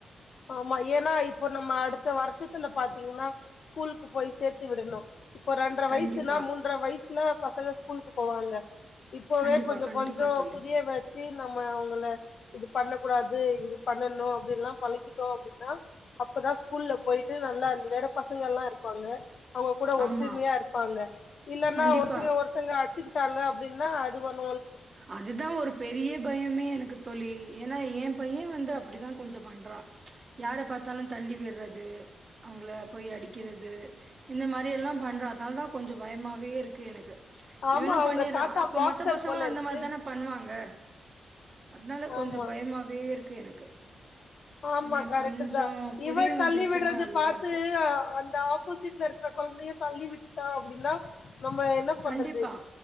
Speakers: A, on the left; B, on the right.
A: ஆமா ஏன்னா இப்போ நம்ம அடுத்த வருஷத்துல பாத்தீங்கன்னா ஸ்கூலுக்கு போய் சேத்து விடணு இப்போ ரெண்ட்ர
B: கண்டிப்பா
A: வயசுல மூன்ற வயசுல பசங்க ஸ்கூலுக்கு போவாங்க இப்பவே
B: கண்டிப்பா
A: கொஞ்ச
B: கண்டிப்பா
A: கொஞ்சோ
B: தோழி
A: புதியவே வச்சு நம்ம அவங்கள இது பண்ண கூடாது இது பண்ணணு அப்டின்ல்லா பழக்கிட்டோ அப்டின்னா அப்பதா ஸ்கூல்ல போயிட்டு நல்லா அந்த வேற பசங்க எல்லா இருப்பாங்க அவுங்க கூட ஒற்றுமையா
B: ஆமா
A: இருப்பாங்க இல்லன்னா
B: கண்டிப்பா.
A: ஒருத்தங்க ஒர்த் ங்க அடிச்சுக்கிட்டாங்க அப்டின்னா அது ஒண்ணுஒன்
B: அதுதா ஒரு பெரிய பயமே எனக்கு தோழி ஏன்னா என் பையன் வந்து அப்படிதா கொஞ்சோ பண்றா யார பாத்தாலு தள்ளி விடுறது அவங்கள போய் அடிக்கிறது இந்த மாரி எல்லா பண்ற அதனால தா கொஞ்சோ பயமாவே இருக்கு எனக்கு
A: ஆமா
B: இவன்னு
A: அவங்க
B: பண்ணிறா
A: தாத்தா
B: இப்ப
A: பாக்சர்
B: மத்த பசங்களு
A: போல
B: அந்த
A: இருக்கு
B: மாரி தானே பண்ணுவாங்க அதனால கொஞ்சோ
A: ஆமா
B: பயமாவே இருக்கு எனக்கு
A: ஆமா
B: இவனுக்கு
A: கரெக்ட்
B: கொஞ்சம்
A: தா
B: புரிய
A: இவ
B: வந்துருச்சுன்னா
A: தள்ளி விடுறது
B: நல்லாருக்கும்.
A: பாத்து அந்த ஆபோஸ்ட் சீட்ல இருக்கிற கொழந்தைய தள்ளி விட்டுட்டா அப்டின்னா நம்ம என்ன பண்றது
B: கண்டிப்பா.